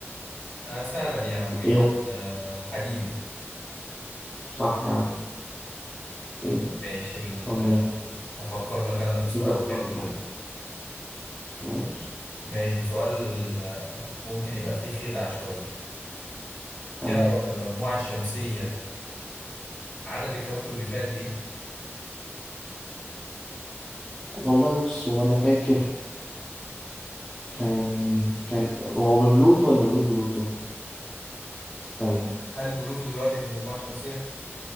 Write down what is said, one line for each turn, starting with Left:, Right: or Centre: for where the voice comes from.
Left: آه سهلة دي يا عم جدا
Centre: ايه هو
Left: آه الحديد
Centre: صح يا عم ايه ده
Left: ماشي ال-
Centre: طب مين
Left: آه، هفكر لك انا في سؤال
Centre: كده كله
Left: حلو
Centre: اصعب
Left: كده
Centre: ماشي
Left: ماشي سؤال آه، ممكن يبقى فيه خدعة شوية
Centre: تمام
Left: تعرف المجموعة الشمسية عدد الكواكب اللي فيها قد إيه؟
Centre: والله بص هو انا فاكر كان كان هو ببلوتو ولا من غير بلوتو استنى
Left: هل بلوتو دلوقتي في المجموعة الشمسية؟